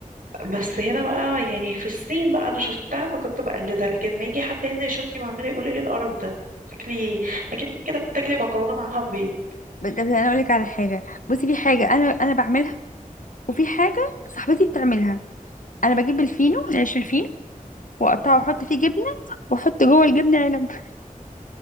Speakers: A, on the right; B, on the left.
A: بس هنا بقى يعني في الصين بقى انا شفتها فكنت بقلدها لكن ما يجي حد هنا يشوفني بعملها يقول ايه القرف ده تاكلي اكن كده بتاكلي مكرونه معاها بيض
B: بس انا اقول لك على حاجة بصي في حاجة انا انا بعملها وفي حاجة صاحبتي بتعملها انا بجيب الفينو العيش الفينو واقطعه واحط فيه جبنة واحط جوه الجبنة عنب